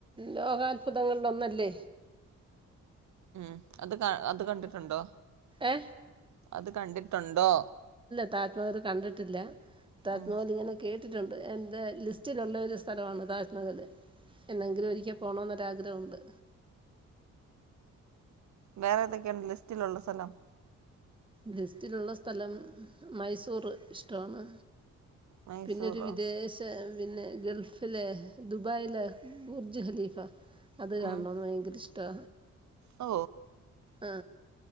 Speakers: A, on the right; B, on the right.
A: ലോകത്ഭുതങ്ങളിൽ ഒന്നല്ലേ
B: ഉം അത് കണ്ടിട്ടുണ്ടോ
A: ഏ
B: അത് കണ്ടിട്ടുണ്ടോ
A: താജ്മഹൽ കണ്ടിട്ടില്ല തജ്‌മഹലിങ്ങനെ
B: ഉം
A: കേറി എന്റെ ലിസ്റ്റിലുള്ള ഒരു സ്ഥലമാണ് താജ്മഹൽ. എന്നെങ്കിലും ഒരിക്കൽ പോണോന്നൊരാഗ്രഹമുണ്ട്
B: വെറുതൊക്കെയാണ് ലിസ്റ്റിലുള്ള സ്ഥലം
A: ലിസ്റ്റിലുള്ള സ്ഥലം മൈസൂർ ഇഷ്ട്ടമാണ്
B: മൈസൂറോ
A: പിന്നൊരു വിദേശ പിന്നെ ഗൾഫിലെ ദുബായിലെ ബുർജ് ഖലീഫ അത് കാണണോന്ന്
B: ഉം
A: ഭയങ്കര ഇഷ്ടാ
B: ഓ
A: ആ